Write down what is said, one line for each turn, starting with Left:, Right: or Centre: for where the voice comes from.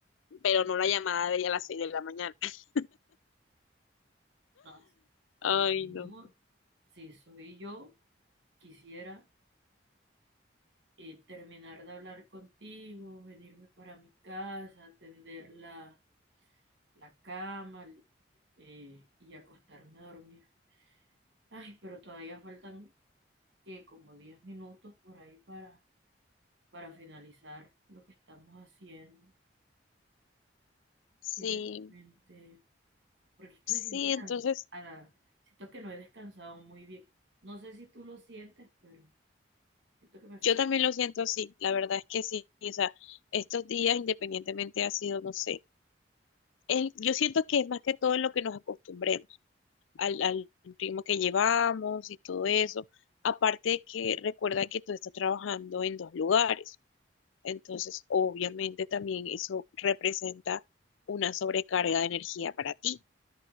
Left: pero no la llamada de ella a las seis de la mañana. <laughs>
Right: No.
Left: Ay,
Right: Por lo mínimo,
Left: no.
Right: si soy yo, quisiera eh, terminar de hablar contigo, venirme para mi casa, atender la, la cama eh, y acostarme a dormir. Ay, pero todavía faltan que como 10 minutos por ahí para, para finalizar lo que estamos haciendo.
Left: Sí,
Right: Y realmente, porque es que
Left: sí,
Right: me siento cansada,
Left: entonces
Right: siento que no he descansado muy bien. No sé si tú lo sientes, pero siento que me falta,
Left: yo también lo siento así, la verdad es que sí, o sea, estos días independientemente ha sido, no sé, es- yo siento que es más que todo en lo que nos acostumbremos. al, al ritmo que llevamos y todo eso. Aparte de que recuerda que tú estás trabajando en dos lugares, entonces obviamente también eso representa una sobrecarga de energía para ti.